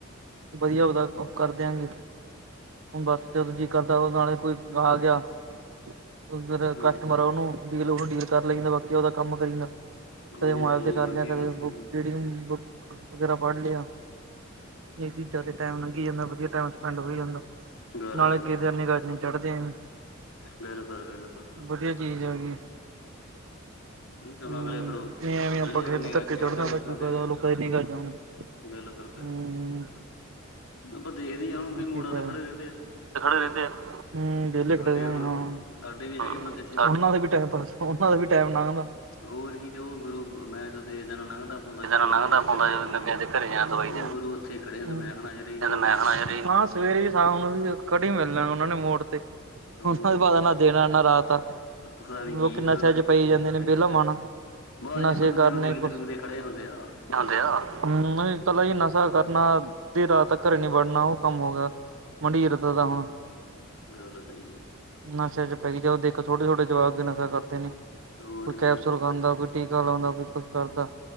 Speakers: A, on the right (about 75°); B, on the left (about 85°).
A: ਵਧੀਆ ਉਹਦਾ ਕਰ ਦਿਆਂਗੇ। ਹੁਣ ਬਸ ਜਦ ਜੀਅ ਕਰਦਾ ਉਹ ਨਾਲੇ ਕੋਈ ਆ ਗਿਆ। ਫ
B: ਹੂੰ
A: ਕਸਟਮਰ ਆ ਉਹਨੂੰ ਡੀਲ ਉਹਨੂੰ ਡੀਲ ਕਰ ਲਈਦਾ ਬਾਕੀ ਉਹਦਾ ਕੰਮ ਕਰੀਂਦਾ। ਕਦੇ
B: ਨਹੀਂ ਨਹੀਂ
A: ਮਾਲ
B: ਸਹੀ
A: ਚਕਾਂਦੇ
B: ਹੈ ਵਧੀਆ
A: ਹਾਂ ਤੇ ਕਦੇ
B: ਵਧੀਆ
A: <unintelligible> ਵਗੈਰਾ ਪੜ੍ਹ ਲਿਆ ਇਹ ਚੀਜ਼ਾਂ ਤੇ ਟੈਮ ਲੰਘੀ ਜਾਂਦਾ ਵਧੀਆ ਟਾਈਮ ਸਪੈਂਡ ਹੋਈ ਜਾਂਦਾ।
B: ਗੱਲ
A: ਨਾਲੇ
B: ਸਹੀ
A: ਕਿਦੇ
B: ਹੈ
A: ਨਿੱਘਾ ਚ ਨੀ ਚੜਦੇ ਐਵੇਂ।
B: ਬਿਲਕੁਲ ਬਿਲਕੁਲ।
A: ਵਧੀਆ ਚੀਜ਼ ਹੈਗੀ।
B: <unintelligible>
A: ਹੂੰ ਇਹ ਐਵੇਂ
B: ਡੇਲੀ
A: ਆਪਾਂ ਕਿਸੇ
B: ਫਿਰ ਨਿਗ੍ਹਾ
A: ਦੇ ਧੱਕੇ
B: ਚ ਹੀ ਚੜਨਾ ਲੋਕਾਂ
A: ਦਾ ਕੀ ਫਾਇਦਾ
B: ਦੇ।
A: ਲੋਕਾਂ ਦੀ ਨਿਗਾਹ ਚ ਆਉਣ।
B: ਬਿਲਕੁਲ ਬਿਲਕੁਲ
A: ਹੂੰ,
B: ਬਿਲਕੁਲ ਆਪਾਂ ਦੇਖਦੇ ਹ ਹੁਣ
A: ਹੋਰ
B: ਕੋਈ ਮੁੋੜਾ
A: ਕੀ ਫਾਇਦਾ।
B: ਤੇ ਖੜੇ ਰਹਿੰਦੇ ਆ।
A: ਖੜੇ ਰਹਿੰਦੇ, ਹਮ ਵੇਹਲੇ
B: ਸਾਡੇ
A: ਖੜੇ ਰ ਹਾਂ,
B: ਹੁਣ ਸਾਡੇ ਵੀ ਹੈਗੇ
A: ਹਾਂ,
B: ਬੰਦੇ ਇੱਥੇ ਕਈ
A: ਉਹਨਾ ਦੇ ਵੀ ਟਾਈਮਪਾਸ ਹਨ ਓਹਨਾ ਦਾ ਵੀ ਟਾਈਮ ਲੰਘਦਾ
B: ਹੋਰ ਕੀ ਤੇ ਉਹ ਗੁਰੂ ਮੈਂ ਜਦੋਂ ਜਾਣਾ ਲੰਘਦਾ। ਦਾ
A: ਜਿੱਦਾਂ ਨਾਲ ਲੰਘਦਾ
B: ਮੈਂ
A: ਪਾਉਂਦਾ
B: ਕ ਘਰੇ ਜਾ
A: ਜਦੋਂ
B: ਦਵਾਈ
A: ਮੈਂ ਕਿਸੇ
B: ਦੇਣ
A: ਦੇ ਘਰੇ ਜਾਣਾ ਦਵਾਈ
B: ਉਹ
A: ਦੇਣ।
B: ਗੁਰੂ ਉੱਥੇ ਹੀ ਖੜੇ ਤੇ
A: ਹੂੰ,
B: ਮੈਂ ਕਹਿਣਾ ਯਾਰ ਇਹਨਾਂ
A: ਜਦ
B: ਨੂੰ
A: ਮੈਂ
B: ਕੋਈ
A: ਆਣਾ
B: ਕੰਮ
A: ਯਾਰੀ
B: ਹੈ ਨੀ।
A: ਸਵੇਰੇ ਵੀ ਸ਼ਾਮ ਨੂੰ ਵੀ ਖੜੀ ਮਿਲਣਾ ਉਹਨਾ ਨੇ ਮੋੜ ਤੇ
B: ਹੋਰ
A: ਉਹਨਾਂ ਪਤਾ
B: ਕੀ
A: ਨਾ ਦਿਨ ਆ ਨਾ ਰਾਤ ਆ
B: ਪਤਾ ਨੀ ਕੀ
A: ਲੋਕ
B: ਇਹਨਾਂ
A: ਨਸ਼ੇ
B: ਨੂੰ
A: ਚ ਪਈ
B: ਹੁਣ
A: ਜਾਂਦੇ ਨੇ
B: ਹੈਗਾ
A: ਵਿਹਲਾ
B: ਨਾ
A: ਮਨ,
B: ਯਾਰ ਬ ਐਂ
A: ਨਸ਼ੇ
B: ਇੱਕ ਦੂਜੇ
A: ਕਰਨੇ
B: ਨੂੰ ਡੀਕਦੇ
A: ਕੁ
B: ਡੁਕਦੇ ਖੜੇ ਹੁੰਦੇ ਆ।
A: ਨਹੀਂ ਪਹਿਲਾ ਜੀ ਨਸ਼ਾ ਕਰਨਾ, ਅੱਧੀ ਰਾਤ ਤੱਕ ਘਰੇ ਨੀ ਵੜਨਾ ਉਹ ਕੰਮ ਹੋ ਗਿਆ। ਮੰਡੀਰ ਤੇ ਤਾਂ ਹੁਣ
B: ਗੱਲ ਸਹੀ ਏ।
A: ਨਸ਼ਿਆਂ ਚ ਪਈ ਜਾਓ, ਦੇਖੋ ਛੋਟੇ-ਛੋਟੇ ਜਵਾਕ ਵੀ ਨਸ਼ਾ ਕਰਦੇ ਨੇ, ਕੋਈ
B: ਹੋਰ
A: ਕੈਪਸੂਲ
B: ਕੀ
A: ਉਂਦਾ, ਕੋਈ ਟੀਕਾ ਲਾਉਂਦਾ, ਕੋਈ ਕੁਛ ਕਰਦਾ।